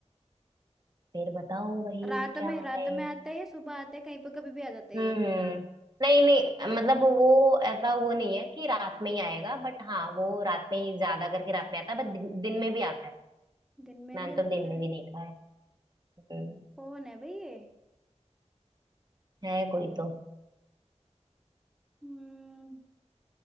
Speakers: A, on the right; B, in the centre.
A: फिर बताओ वही
B: रात
A: क्या
B: में रात
A: है
B: में आते हैं सुबह आते हैं कहीं पर कभी भी आ जाते
A: हम्म
B: हैं ये।
A: नहीं नहीं मतलब वो ऐसा वो नहीं है कि रात में ही आएगा बट हाँ वो रात में ही ज्यादा करके रात में आता है बट दिन, दिन में भी आता है
B: दिन में
A: मैंने
B: भी
A: तो
B: आता
A: दिन में
B: है
A: भी देखा है हम्म,
B: कौन है भाई ये
A: है कोई तो
B: हम्म